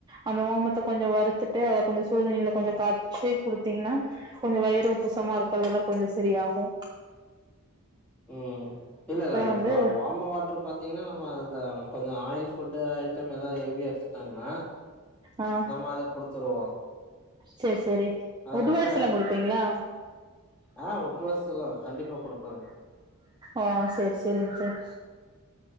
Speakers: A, on the right; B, in the centre.
A: அந்த ஓமத்த கொஞ்சொ வருத்துட்டு அத கொஞ்சோ சுடுதண்ணியில கொஞ்சொ காச்சி குடுத்தீங்கன்னா கொஞ்சோ வயிறு உப்புசமா இருக்கறதெல்லா கொஞ்ச சரியாகூ
B: ம் இல்லல்ல இப்ப
A: வந்து
B: வாம வாட்ரு பா்த்தீங்கன்னா நம்ம இந்த கொஞ்ச ஆயில் ஃபுட்டு ஐட்டம் ஏதாவ்து ஹெவியா எடுத்துட்டாங்கன்னா
A: ஆ
B: நம்ம அத குடுத்துருவோ
A: செரி செரி
B: அதனால
A: உடவட்ஸ்ல்லா குடுப்பீங்ளா
B: ஆ உட்வசல்லா கண்டிப்பா குடுப்பங்க
A: ஆ செர் செரிங்க சார்